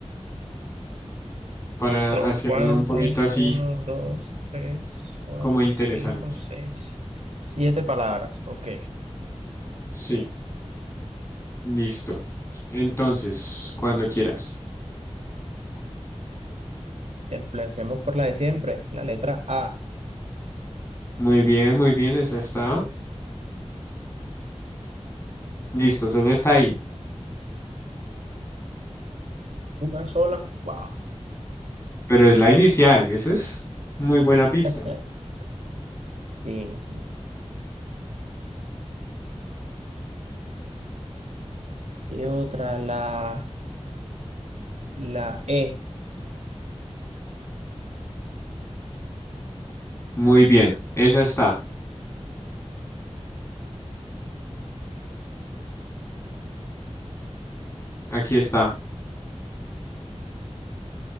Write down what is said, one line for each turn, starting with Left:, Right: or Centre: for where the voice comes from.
Left: para
Right: ¿Son
Left: hacerlo
Right: cuántas?
Left: un poquito así
Right: Uno, dos, tres, cuatro,
Left: como interesante.
Right: cinco, seis, siete palabras. Ok.
Left: Sí. Listo. Entonces, cuando quieras.
Right: Empecemos por la de siempre, la letra A.
Left: Muy bien, muy bien, esa está. Listo, solo está ahí.
Right: Una sola. Wow.
Left: Pero es la inicial, esa es muy buena pista.
Right: <laughs> Sí. Y otra, la, la E.
Left: Muy bien, esa está. Aquí está.